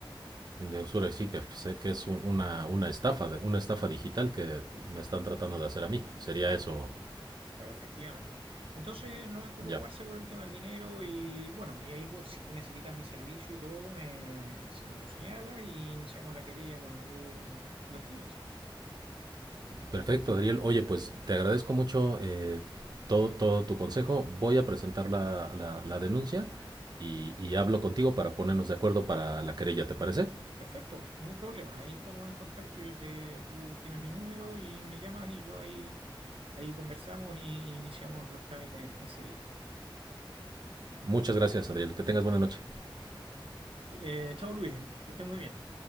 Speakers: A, on the right; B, on the right.
A: de usura, y sí, que, se- que es un- una, una estafa, de- una estafa digital que me están tratando de hacer a mí. Sería
B: Claro,
A: eso,
B: claro, efectivamente. Entonces no hay que preocuparse
A: ya.
B: por el tema del dinero y bueno, y ahí pues, si tú necesitas mi servicio y todo, eh, me, me- se me lo señala y iniciamos la querella cuando tú lo estimes.
A: Perfecto, Adriel. Oye, pues te agradezco mucho eh, todo, todo tu consejo. Voy a presentar la, la- la denuncia y, y hablo contigo para ponernos de acuerdo para la querella, ¿te parece?
B: Perfecto, ningún problema. Ahí estamos en contacto. Yo te, tú tienes mi número y me llamas y yo ahí Ahí conversamos y iniciamos los trámites enseguida.
A: Muchas gracias, Adriel. Que tengas buena noche.
B: Eh, chao Luis, que estés muy bien.